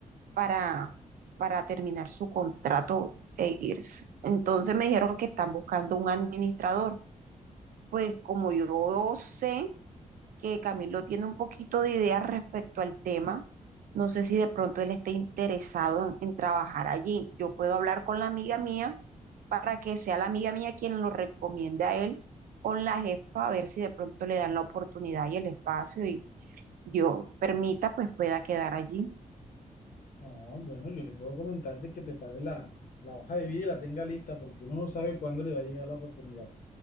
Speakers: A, on the right; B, on the left.
A: para, para terminar su contrato e irse. Entonces me dijeron que están buscando un administrador. Pues como yo sé que Camilo tiene un poquito de idea respecto al tema, no sé si de pronto él esté interesado en, en trabajar allí. Yo puedo hablar con la amiga mía para que sea la amiga mía quien lo recomiende a él con la jefa, a ver si de pronto le dan la oportunidad y el espacio y Dios permita, pues pueda quedar allí.
B: No, bueno, yo le puedo comentar de que prepare la, la hoja de vida y la tenga lista porque uno no sabe cuándo le va a llegar la oportunidad.